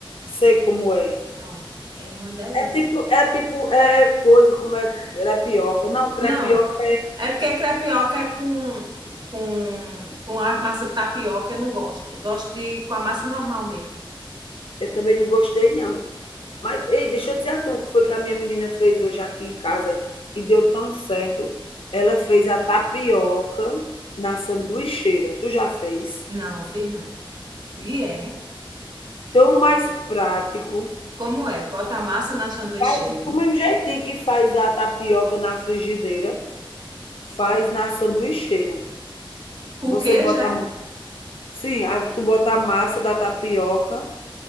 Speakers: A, on the left; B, on the right.
A: Sei como é.
B: Pronto, é uma delícia.
A: É tipo, é tipo, é é coisa como é crepioca. Não, crepioca
B: Não, é porque crepioca é com, com, com a massa tapioca, eu não gosto. Eu Gosto de com a massa normal mesmo.
A: Eu também não gostei, não. Mas, ei, deixa eu dizer a tu o que foi que a minha menina fez hoje aqui em casa e deu tão certo. Ela fez a tapioca na sanduicheira. Tu já fez?
B: Não, fiz não. E é.
A: Tão mais prático.
B: Como é? Bota a massa na sanduicheira.
A: Faz- Do mesmo jeitinho que faz a tapioca na frigideira, faz na sanduicheira.
B: Com
A: Você
B: queijo,
A: bota.
B: é?
A: Sim, aí tu bota a massa da tapioca